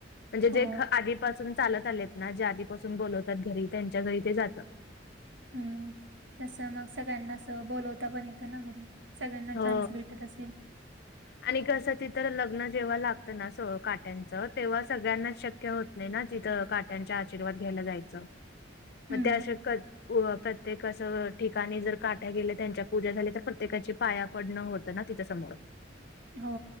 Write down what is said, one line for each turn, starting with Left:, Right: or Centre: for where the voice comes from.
Left: म्हणजे
Right: हो
Left: जे आधीपासून चालत आलेत ना, जे आधीपासून बोलवतात घरी त्यांच्या घरी ते जातात.
Right: हम्म तसं मग सगळ्यांना अस बोलवता पण येत ना घरी. सगळ्यांना
Left: हो
Right: चान्स भेटत असेल
Left: आणि कसं तिथं लग्न जेव्हा लागतं ना स काट्यांचं तेव्हा सगळ्यांनाच शक्य होत नाही ना तिथं काट्यांच्या आशीर्वाद घ्यायला जायचं.
Right: हम्म
Left: मग त्यासकड प्रत्येक असं ठिकाणी जर काट्या गेल्या त्यांच्या पूजा झाल्या तर प्रत्येकाची पाया पडणं होतं ना तिच्या समोर.
Right: हो